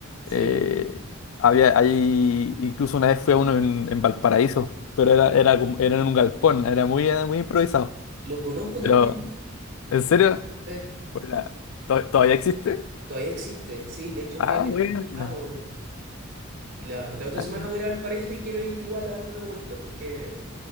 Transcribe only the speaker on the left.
eh,
había, hay, incluso una vez fui a uno en, en Valparaíso, pero era, era, como- era en un galpón, era muy, eh, muy improvisado.
Pero,
¿en serio?
Hola, ¿to- ¿Todavía existe?
Ah,
bueno.
Ah,